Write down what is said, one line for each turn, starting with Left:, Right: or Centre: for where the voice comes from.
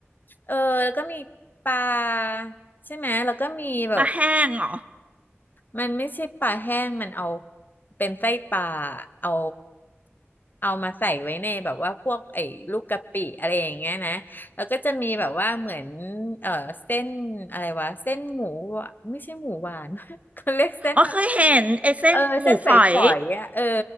Left: เออแล้วก็มีปลาใช่ไหมแล้วก็มีแบบ
Right: ปลาแห้งเหรอ
Left: มันไม่ใช่ปลาแห้งมันเอาเป็นไส้ปลาเอาเอามาใส่ไว้ในแบบว่าพวกไอ้ลูกกะปิอะไรอย่างเงี้ยนะแล้วก็จะมีแบบว่าเหมือนเออเส้นอะไรวะเส้นหมูหวานไม่ใช่หมูหวาน <laughs> เขาเรียกเส้นอะไร
Right: อ๋อเคยเห็นไอ้เส้นหมูฝอย
Left: เออเส้นฝอยๆอ่ะเออ